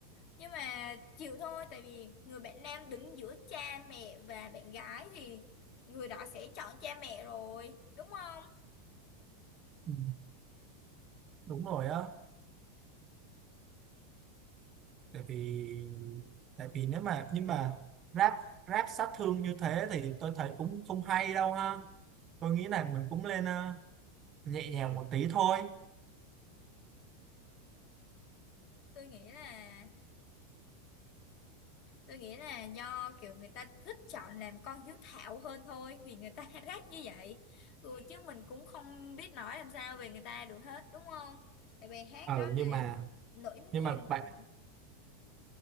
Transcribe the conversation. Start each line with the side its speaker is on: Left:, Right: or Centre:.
Left: nhưng mà chịu thôi tại vì người bạn nam đứng giữa cha mẹ và bạn gái thì người đó sẽ chọn cha mẹ rồi đúng không
Right: Ừ. đúng rồi á tại vì tại vì nếu mà nhưng mà rap rap sát thương như thế thì tôi thấy cũng không hay đâu ha tôi nghĩ là mình cũng lên ờ, nhẹ nhàng một tí thôi
Left: tôi nghĩ là tôi nghĩ là do kiểu người ta thích chọn làm con hiếu thảo hơn thôi vì người ta <laughs> ráp như vậy ừ, chứ mình cũng không biết nói làm sao về người ta được hết đúng không tại bài hát
Right: ừ
Left: đó
Right: nhưng
Left: là
Right: mà
Left: nỗi
Right: nhưng
Left: niềm
Right: mà bạn
Left: của